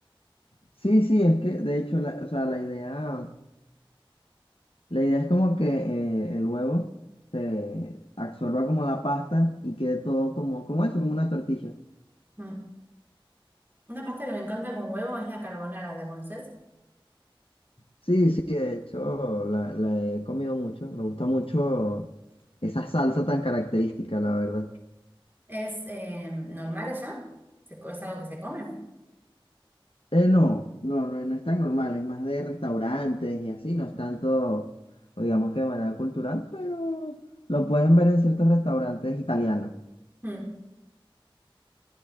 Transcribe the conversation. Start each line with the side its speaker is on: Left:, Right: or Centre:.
Left: Sí, sí, es que de hecho, la, o sea, la idea... La idea es como que eh, el huevo se absorba como la pasta y quede todo como, como eso, como una tortilla.
Right: Mm. Una pasta que me encanta con huevo es la carbonara, ¿la conoces?
Left: Sí, sí, de hecho la, la he comido mucho. Me gusta mucho esa salsa tan característica, la verdad.
Right: ¿Es eh, normal allá? ¿Se co- ¿Es algo que se come?
Left: Eh, no, no, no, no es tan normal, es más de restaurantes y así, no es tanto, o digamos que de manera cultural, pero lo pueden ver en ciertos restaurantes italianos.
Right: Mm.